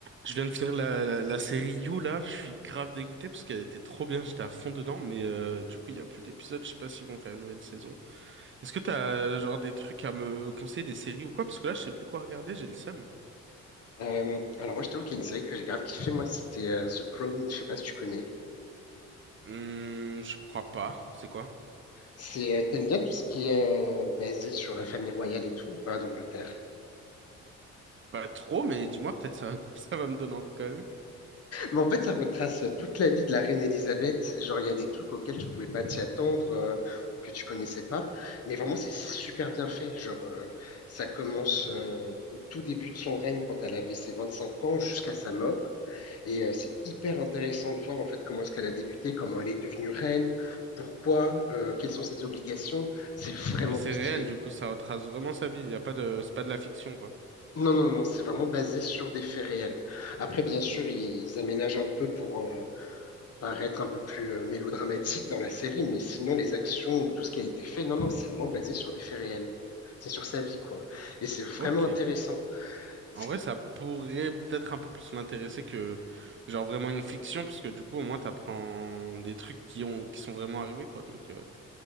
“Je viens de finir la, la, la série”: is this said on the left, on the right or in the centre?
Right